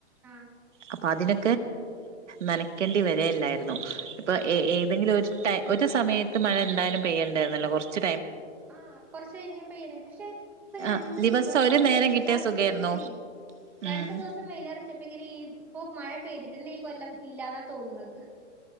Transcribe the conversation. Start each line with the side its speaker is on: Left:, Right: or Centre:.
Centre: ആഹ്
Right: അപ്പൊ അതിന് നനക്കേണ്ടി വരല്ലായിരുന്നു ഇപ്പൊ ഏതെങ്കിലും ഒരു ഒരു സമയത്ത് മഴ എന്തായാലും പെയ്യേണ്ട കൊറച്ച്
Centre: ആ കൊറച്ച് കഴിങ്ങ പയ്യനെ പക്ഷെ ഇപ്പൊ രണ്ടു
Right: ആഹ്
Centre: ദിവസം
Right: ഒരു നേരം
Centre: വെയിലറച്ചപ്പിക്കനേ
Right: കിട്ടിയ സുഖായിരുന്നു ഉം
Centre: രണ്ടു ദിവസം വെയിലറച്ചപ്പിക്കണേ ഇപ്പൊ ഇ മഴ പെയ്തിട്ടന്നെ ഈ കൊല്ലം ഇല്ലാന്നാ തോന്നണത്.